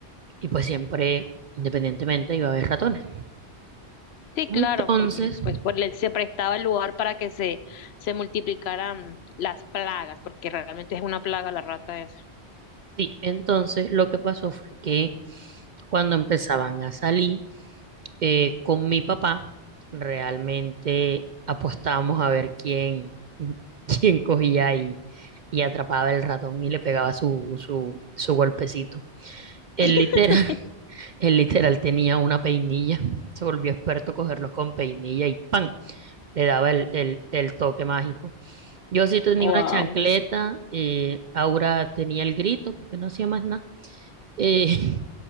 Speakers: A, on the right; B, on the left.
A: y pues siempre, independientemente, iba a haber ratones.
B: Sí,
A: Entonces,
B: claro, porque pues por le- se prestaba el lugar para que se, se multiplicaran las plagas, porque realmente es una plaga la rata esa.
A: sí, entonces lo que pasó fue que cuando empezaban a salir eh, con mi papá, realmente apostábamos a ver quién, <laughs> quién cogía y, y atrapaba el ratón y le pegaba su, su, su golpecito. Él
B: <laughs>
A: literal, Él literal tenía una peinilla, se volvió experto cogerlos con peinilla y ¡pam! Le daba el, el- el toque mágico. Yo sí tenía
B: Wow.
A: una chancleta, eh, Aura tenía el grito porque no hacía más nada. Eh,